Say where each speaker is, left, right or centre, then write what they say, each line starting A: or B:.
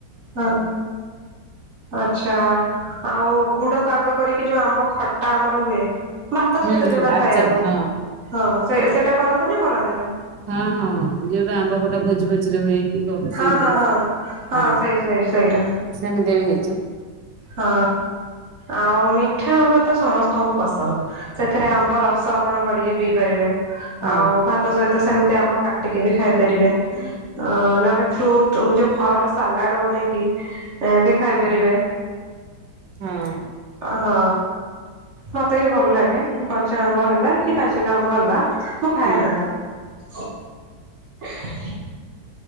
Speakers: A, on the right; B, on the right.
A: ହଁ ଆଛା ଆଉ ଗୁଡ ପାଗ କରିକି ଯୋଉ ଆମ୍ବ ଖଟା ଆମର ହୁଏ ଭାତ
B: ହୁଁ
A: ସହିତ
B: ହୁଁ
A: ଯୋଉଟା
B: ଆଚାର
A: ଖାଇବାକୁ,
B: ହଁ
A: ହଁ ସେ ସେଇଟା କରନ୍ତି ନା କରନ୍ତିନି?
B: ହଁ ହଁ ଯୋଉଟ ଆମ୍ବ ଖଟା ଭୋଜି ଭୋଜିରେ ହୁଏ କ
A: ହଁ
B: ସେମ
A: ହଁ
B: ତ
A: ହଁ
B: ହଁ
A: ସେଇ ସେଇ ସେଇଟା
B: ସେମିତି ବି ହେଇଛି <unintelligible>
A: ହଁ ଆଉ ମିଠା ଆମ୍ବ ତ ସମସ୍ତଙ୍କୁ ପସନ୍ଦ, ସେଥିରେ ଆମ୍ବ ରସ ଆପଣ କରିକି ପିଇ ପାରିବେ ।
B: ହଁ
A: ଆଉ ଭାତ ସହିତ ସେମିତି ଆମ୍ବ କାଟ ଟିକେ ବି ଖାଇ ପାରିବେ ଅ ନହେଲେ ଫ୍ରୁଟ ମୁଁ ଯୋଉ ଫଳର ସାଲାଡ ବନେଇକି ବି ଖାଇପାରିବେ
B: ହଁ
A: ହଁ ମତେ ବି ଭଲ ଲାଗେ କଞ୍ଚା ଆମ୍ବ ହେଲା କି ପାଚିଲା ଆମ୍ବ ହେଲା ମୁଁ ଖାଇ
B: ହୁଁ।
A: ମ୍ୟାଡାମ